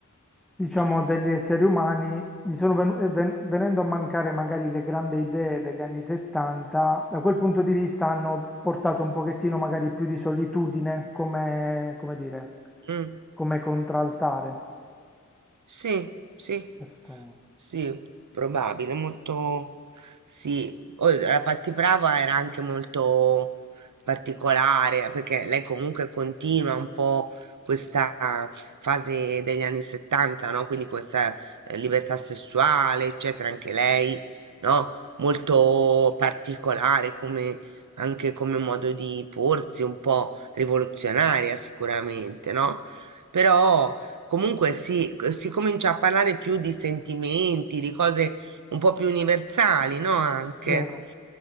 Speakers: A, in the centre; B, on the right (about 75°).
A: diciamo, degli esseri umani, gli sono venu- eh, ven- venendo a mancare magari le grandi idee degli anni 70, da quel punto di vista hanno portato un pochettino magari più di solitudine come, come dire,
B: mm.
A: come contraltare.
B: Sì, sì,
A: Questo
B: sì, probabile, molto sì. Poi La Pattiprava era anche molto particolare perché lei comunque continua un po' questa fase degli anni 70, no? Quindi questa eh, libertà sessuale, eccetera, anche lei, no? Molto particolare come anche come modo di porsi, un po' rivoluzionaria sicuramente, no? Però Comunque si, si comincia a parlare più di sentimenti, di cose un po' più universali, no? Anche
A: vero?